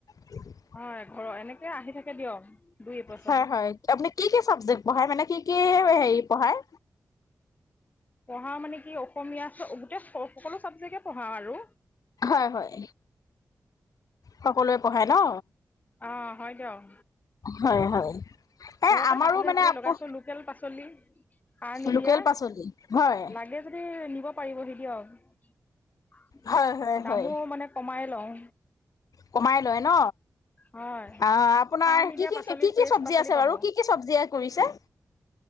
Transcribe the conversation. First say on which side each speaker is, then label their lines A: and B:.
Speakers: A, on the left; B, on the left.
A: <unintelligible>
B: হয় ঘৰৰ এনেকৈ আহি থাকে দিয়ক দুই এপইচা
A: হয়, হয়। আপুনি কি কি চাবজেক্ট পঢ়ায় মানে কি কি হেৰি পঢ়ায়?
B: পঢ়াও মানে কি অসমীয়া গোটেই স সকলো চাবজেক্টেই পঢ়াও আৰু।
A: হয় হয়। সকলোৱে পঢ়ায় ন?
B: অ হয় দিয়ক।
A: হয় হয়
B: ঘৰতে
A: এ আমাৰো
B: পাচলি-
A: মানে
B: চাচলি
A: আকৌ
B: লগাইছো। লোক লোকেল পাচলি সাৰ নিদিয়া।
A: লোকেল পাচলি হয়
B: লাগে যদি নিব পাৰিবহি দিয়ক।
A: হয় হয়
B: দামো
A: হয়
B: মানে কমাই লওঁ।
A: কমাই লয় ন?
B: হয়
A: আ আপোনাৰ
B: সাৰ নিদিয়া
A: কি কি
B: পাচলি
A: খেতি, কি
B: ফ্ৰেছ
A: কি চব্জি
B: পাচলি
A: আছে
B: পাব
A: বাৰু কি কি চব্জি কৰিছে?